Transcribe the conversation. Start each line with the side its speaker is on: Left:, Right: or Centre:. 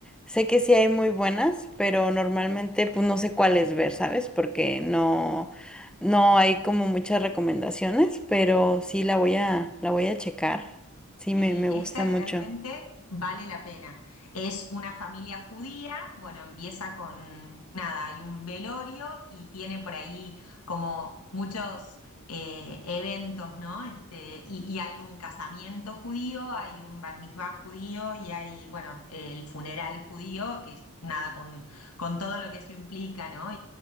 Centre: sé que sí hay muy buenas, pero normalmente pues no sé cuáles ver, ¿sabes? Porque no, no hay como muchas recomendaciones, pero sí la voy a, la voy a checar. Sí, me,
Left: Sí,
Centre: me
Left: esta
Centre: gusta mucho.
Left: realmente vale la pena. Es una familia judía, bueno, empieza con nada, hay un velorio y tiene por ahí como muchos eh, eventos, ¿no? Este, y, y hay un casamiento judío, hay un bar mitzvah judío y hay, bueno, el funeral judío, que es nada con, con todo lo que eso implica, ¿no?